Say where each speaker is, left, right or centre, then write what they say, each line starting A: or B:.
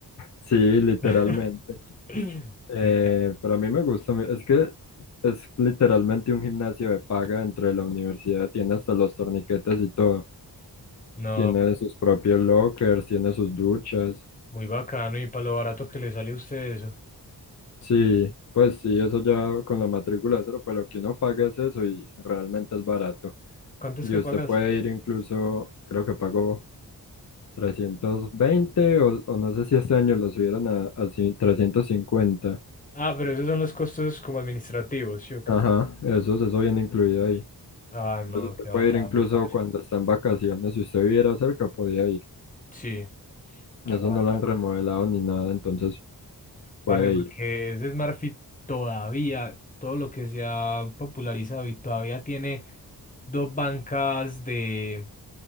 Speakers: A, on the left; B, on the left.
A: Sí, literalmente.
B: <laughs>
A: Eh,
B: Qué ca-
A: pero a mí me gusta, me- es que es literalmente un gimnasio de paga dentro de la universidad, tiene hasta los torniquetes y todo.
B: No,
A: Tiene
B: pa-
A: sus propios lockers, tiene sus duchas.
B: muy bacano y para lo barato que le sale a usted eso.
A: Sí, pues sí, eso ya con la matrícula cero, pues lo que uno paga es eso y realmente es barato.
B: ¿Cuánto es
A: Y
B: que
A: usted
B: pagas?
A: puede ir incluso, creo que pagó 320 o, o no sé si este año lo subieron a, a ci- 350.
B: Ah, pero esos son los costos como administrativos, ¿sí o qué?
A: Ajá, eso, eso viene incluido ahí.
B: Ah, no,
A: Entonces usted
B: qué bacano,
A: puede ir incluso
B: parce.
A: cuando está en vacaciones, si usted viviera cerca, podía ir.
B: Sí, aguanta.
A: Eso no lo han remodelado ni nada, entonces puede
B: Parce, porque
A: ir.
B: ese Smart Fit todavía, todo lo que se ha popularizado y todavía tiene dos bancas de,